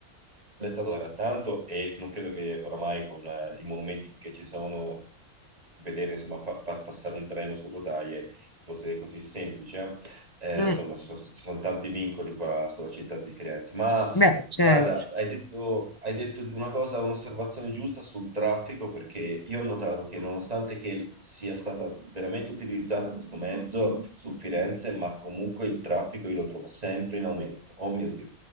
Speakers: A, on the right; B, on the left.
A: è stato da tanto e non credo che oramai con eh, i monumenti che ci sono, vedere insomma pa- pa- passare un treno su rotaie fosse così semplice. Eh,
B: Mm,
A: eh, insomma, ci sono, ci sono tanti vincoli qua sulla città di Firenze. Ma
B: beh, certo.
A: guarda, hai detto, hai detto una cosa, un'osservazione giusta sul traffico, perché io ho notato che nonostante che sia stato veramente utilizzato questo mezzo su Firenze, ma comunque il traffico io lo trovo sempre in aumento. Oh mio Dio